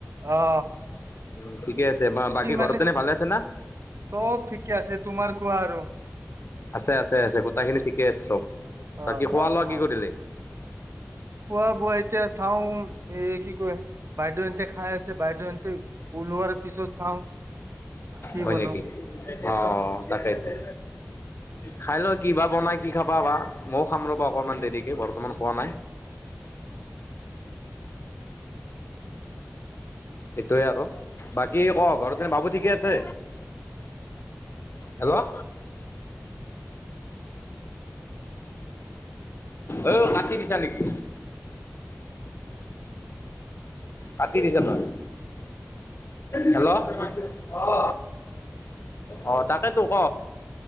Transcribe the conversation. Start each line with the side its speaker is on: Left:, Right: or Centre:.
Right: অ
Left: উ ঠিকে আছে বা
Right: সি
Left: বাকী
Right: মানে
Left: ঘৰত তেনে ভালে আছে না
Right: চব ঠিকে আছে তোমাৰ কোৱা? অ
Left: আছে আছে আছে গোটেই খিনি ঠিকে আছে চব
Right: অ
Left: বাকী খোৱা
Right: অ
Left: লোৱা কি
Right: অ
Left: কৰিলি?
Right: কোৱা বোৱা চাওঁ এ কি কয় বাইদেউহতে খাই আছে বাইদেউহতে ওলোৱাৰ পিছত চাও কি
Left: হয়
Right: বনাও
Left: নেকি অ তাকে ইতে খাই ল কি বাা বনাই কি খাবা বাা ময়ো খাম ৰ'বা অকনমান দেৰিকে বৰ্তমান খোৱা নাই। সেইটোৱে আকো বাকী ক ঘৰতেনে বাবু ঠিকে আছে হেল্ল'। অ কাটি দিছা নেকি? কাটি দিছা তই। হেল্ল', অ। অ তাকেতো ক।